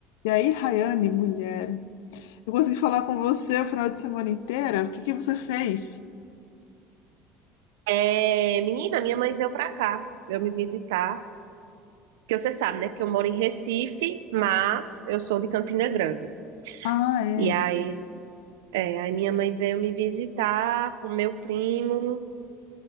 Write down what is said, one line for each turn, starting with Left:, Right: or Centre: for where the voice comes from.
Left: E aí, Rayane, mulher, eu consegui falar com você o final de semana inteira. O que que você fez?
Right: É, menina, minha mãe veio pra cá, veio me visitar, porque você sabe, né, que eu moro em Recife, mas eu sou de Campina Grande.
Left: Ah, é.
Right: E aí, é, aí minha mãe veio me visitar com meu primo